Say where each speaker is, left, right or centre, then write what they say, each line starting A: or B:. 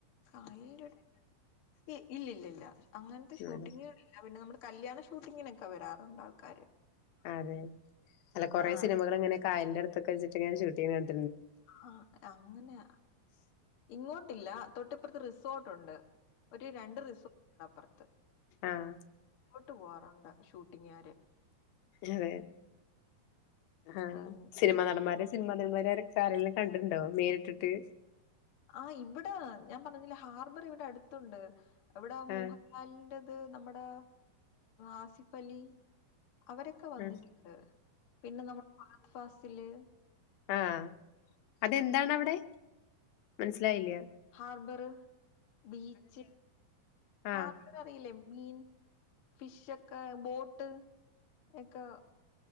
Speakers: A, on the left; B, on the left.
A: കായലിന്റെ അടുത്ത് ഇല്ലില്ല അങ്ങനത്തെ ഷൂട്ടിങ്ങകൾ
B: അതെ
A: ഇല്ല പിന്നെ നമ്മുടെ കല്യാണ ഷൂട്ടിങ്ങിനൊക്കെ വരാറുണ്ട് ആൾക്കാര്
B: അതെ അല്ല കൊറേ
A: ആഹ്
B: സിനിമകൾ അങ്ങനെ ഒക്കെ കായലിന്റെ അടുത്തൊക്കെ വെച്ചിട്ട് ഇങ്ങനെ ഷൂട്ട് ചെയ്യുന്നത് ക
A: ആ അങ്ങനെ ഇങ്ങോട്ട് ഇല്ല തൊട്ടിപ്പുറത്ത് റിസോർട്ട് ഉണ്ട് ഒരു രണ്ട് റിസോ അപ്പുറത്ത്
B: ആഹ
A: അങ്ങോട്ട് പോവാറുണ്ട് ഷൂട്ടിംങാകാര്
B: അതെ ആഹ
A: ഉം
B: സിനിമ നടന്മാരെ സിനിമാ നടിന്മാരെ സാരല്ലാം കണ്ടിട്ടുണ്ടോ നേരിട്ടിട്ട്
A: ആ ഇവിടെ ഞാൻ പറഞ്ഞില്ല ഹാർബർ ഇവിടെ അടുത്തണ്ട് അവിടെ മോഹൻലാലിന്റെ
B: ആഹ്
A: അത് നമ്മുടെ ആസിഫ് അലി അവരൊക്കെ വന്നിട്ടുണ്ട്
B: ആഹ്
A: പിന്നെ നമ്മ് ഫഹദ് ഫാസിൽ ചില്
B: ആഹ അതെന്താണ് അവിടെ മനസിലായില്ല
A: ഹാർബർ ബീച്ച്
B: ആഹ്
A: ആ ഹാർബർ അറിയില്ലേ മീൻ ഫിഷ് ഒക്കെ ബോട്ട് ഒക്കെ